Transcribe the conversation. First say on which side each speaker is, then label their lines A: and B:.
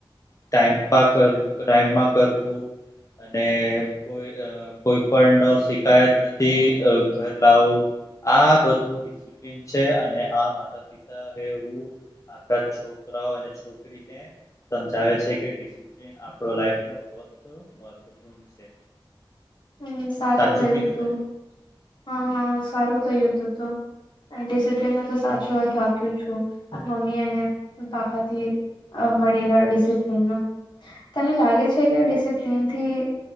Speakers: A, on the left (about 35°); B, on the left (about 60°).
A: ટાઈમ કરું ટાઈમમાં કરવું અને કોઈ કોઈ પણ ન શિકાયત નથી ઘર લાવું આ બધ તુ ડિસિપ્લિન છે અને આ માતા પિતા હે ઉં આખા છોકરાઓ અને છોકરી સમજાવે છે ડિસિપ્લિન આપડો લાઈફનો <inaudible> <inaudible> છે.
B: હમ સારું
A: સાચું
B: કહ્યું
A: કીધું
B: તું
A: ને
B: હા હા સારું કહ્યું તું તો. ડિસિપ્લન નો તો સારો અર્થ આપ્યું છું મમ્મી અને પાપાથી. આ મળીલા ડિસિપ્લેન નો. તને લાગે છે કે ડિસિપ્લીન થી